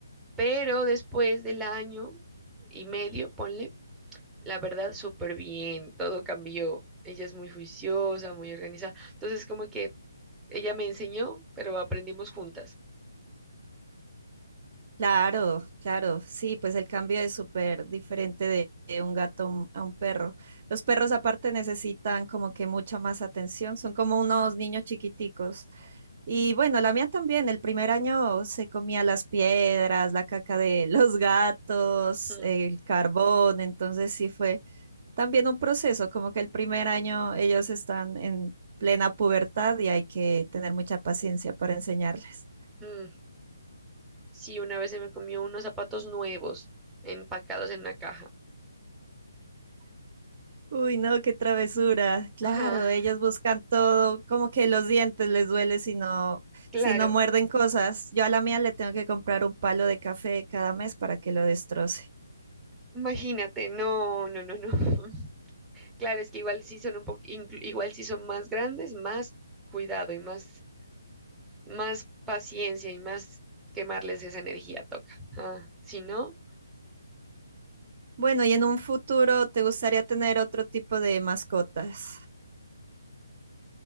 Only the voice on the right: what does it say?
Claro, claro, sí, pues el cambio es súper diferente de, de un gato a un a un perro. Los perros aparte necesitan como que mucha más atención, son como unos niños chiquiticos. Y bueno, la mía también, el primer año se comía las piedras, la caca de <laughs> los gatos,
el carbón, entonces sí fue también un proceso, como que el primer año ellos están en plena pubertad y hay que tener mucha paciencia para enseñarles.
Uy, no, qué travesura. Claro,
ellos buscan todo, como que los dientes les duele si no,
si no muerden cosas. Yo a la mía le tengo que comprar un palo de café cada mes para que lo destroce.
Bueno, y en un futuro, ¿te gustaría tener otro tipo de mascotas?